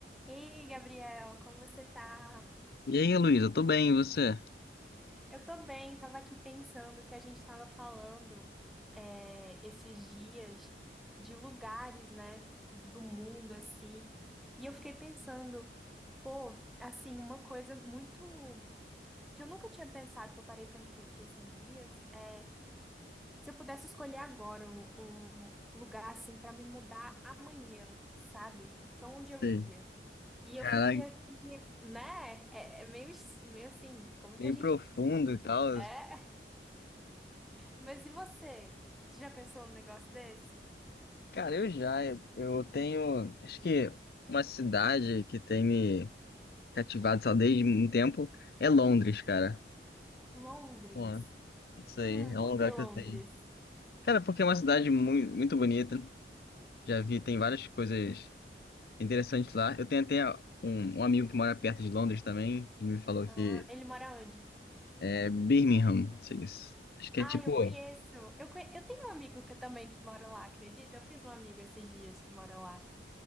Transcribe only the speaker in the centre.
Ei, Gabriel, como você tá?
Eu tô bem, tava aqui pensando que a gente tava falando é, esses dias de lugares, né, do mundo, assim, e eu fiquei pensando, pô, assim, uma coisa muito que eu nunca tinha pensado, que eu parei pra refletir esses dias, é Se eu pudesse escolher agora um, um lugar assim para me mudar amanhã, sabe? Pra onde eu
iria? E
eu fiquei aqui, né? É, é meio, meio assim, como é
que a gente.
<laughs>
É? Mas e você? Você já pensou num negócio desse?
Londres.
Hum,
por
que Londres?
Ah,
ele mora onde?
Ah,
eu conheço. Eu, conhe- eu tenho um amigo que eu também que mora lá, acredita? Eu fiz um amigo esses dias que mora lá.